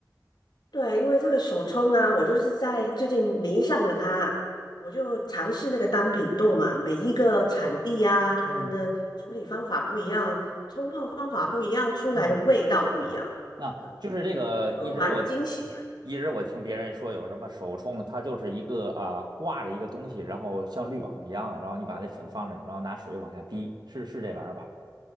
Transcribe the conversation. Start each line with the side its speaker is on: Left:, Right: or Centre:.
Left: 对，因为这个手冲啊，我就是在最近迷上了它，我就尝试那个单品豆嘛，每一个产地啊，他们的处理方法不一样，
Right: 嗯
Left: 冲泡方法不一样，出来的味道不一样，
Right: 嗯，那就是这个，
Left: 对，我就蛮惊喜。
Right: 一直我听，一直我听别人说有什么手冲，它就是一个啊挂着一个东西，然后像滤网一样的，然后你把那粉放上去，然后拿水往下滴，是是这玩意儿吧？